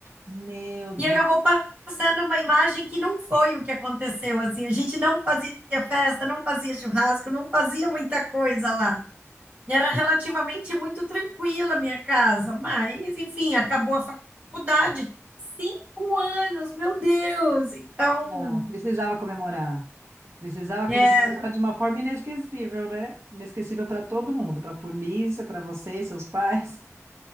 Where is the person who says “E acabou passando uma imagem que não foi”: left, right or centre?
Right